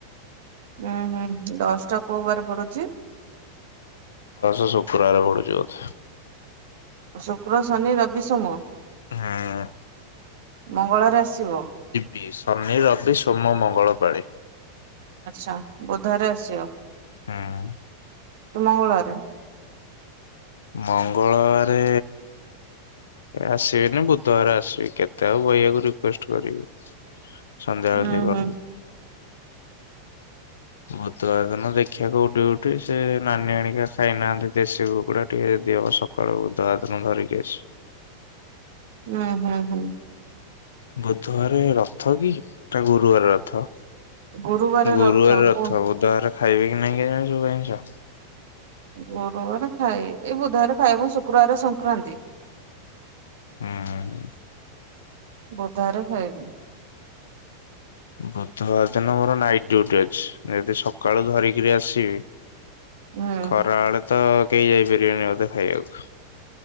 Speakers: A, on the right (about 55°); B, on the left (about 65°).
A: ହୁଁ ହୁଁ ଦଶଟା କୋଉ ବାର ପଡୁଛି?
B: ହସ ଶୁକ୍ରବାରେ ପଡୁଛିିବଧେ।
A: ଶୁକ୍ର ଶନି ରବି ସୋମ
B: ହୁଁ
A: ମଙ୍ଗଳରେ ଆସିବ।
B: ବି ଶନି ରବି ସୋମ ମଙ୍ଗଳ ପାଳେ।
A: ଆଚ୍ଛା ବୁଧବାରେ ଆସିବ।
B: ହଁ।
A: ମଙ୍ଗଳବାର।
B: ମଙ୍ଗଳବାରେ ଆସିବେନି ବୁଧବାର ଆସିବି କେତେ ଆଉ ବହିଆକୁ ରିକେଷ୍ଟ କରିବି। ସନ୍ଧ୍ୟାବେଳେ
A: ଉୁଁ
B: ଦେଇ କରୁଛୁ।
A: ହୁଁ
B: ବୁଧବାର ଦିନ ଦେଖିବାକୁ ଉଠି ଉଠି ସେ ନାନୀ ଆଣିକି ଖାଇନାହାନ୍ତି ଦେଶୀ କୁକୁଡା ଟିକେ ଦେଅ ସକ୍। କଳ ଉଦା ଦନ ଧରିକି ଆସି।
A: ହୁଁ ହୁଁ ହୁଁ।
B: ବୁଧବାର ରଥ କି ତା ଗୁରୁବାର ରଥ।
A: ଗୁରୁବାର
B: ଗୁରୁବାର ରଥ
A: କୋଉ
B: ବୁଧବରେ ଖାଇବେ କି ନାଇଁ କି ଜାଣ ସବୁ ଆଇସ।
A: ଗୁରୁବାର ଖାଇଏ ଏଇ ବୁଧବାର ଖାଇଏ ଏବଂ ଶୁକ୍ରବାର ସଂକ୍ରାନ୍ତି।
B: ହଁ।
A: ବଧାରେ ଖାଇବି।
B: ବୁଧବାର ଦିନ ମୋର ନାଇଟ୍ ଡଟି ଅଛି ଯଦି ସକାଳୁ ଧରିକିରି ଆସିବି
A: ହୁଁ
B: ଖରା ବେଳେ ତ କେହି ଯାଇ ପାରିବେନି ବୋଧେ ଖାଇବାକୁ।